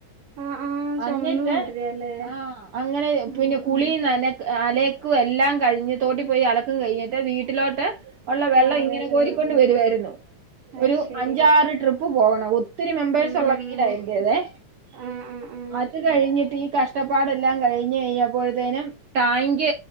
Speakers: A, on the right; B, on the right.
A: ആഹ് ആഹ്
B: അന്നിട്ട്
A: ചുമന്ന് കൊണ്ടുവരല്ലേ
B: ആ അങ്ങനെ
A: ഉം
B: പിന്നെ കുളി ന്നന അലെക്കും എല്ലാം കഴിഞ്ഞ് തോട്ടി പോയി അലക്കും കഴിഞ്ഞിട്ട് വീട്ടിലോട്ട് ഒള്ള വെള്ളം
A: ആഹ്
B: ഇങ്ങനെ
A: വരുന്നത്
B: കോരിക്കൊണ്ട് വരുവായിരുന്നു
A: അത്
B: ഒരു
A: ശരി
B: അഞ്ചാറ് ട്രിപ്പ് പോകണം ഒ ഒത്തിരി മെമ്പേഴ്സ്
A: ഉം
B: ഉള്ള വീടായിരിക്കു അല്ലെ
A: ആഹ് ആഹ് ആഹ്
B: അത് കഴിഞ്ഞിട്ട് ഈ കഷ്ടപ്പാടെല്ലാം കഴിഞ്ഞ് കഴിഞ്ഞപ്പോയ്‌ത്തേനും ടാങ്ക്